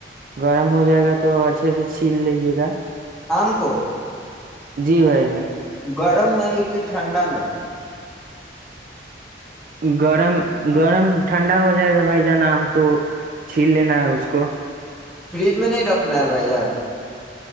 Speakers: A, on the right; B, in the centre.
A: گرم ہو جائے گا تو اچھے سے چھیل لیجیے گا
B: آم کو
A: جی بھائی جی
B: گرم میں ہے کہ ٹھنڈا میں
A: گرم گرم ٹھنڈا ہو جائے گا بھائی جانا آم تو چھیل لینا ہے اس کو
B: فریج میں نہیں رکھنا ہے بھائی ار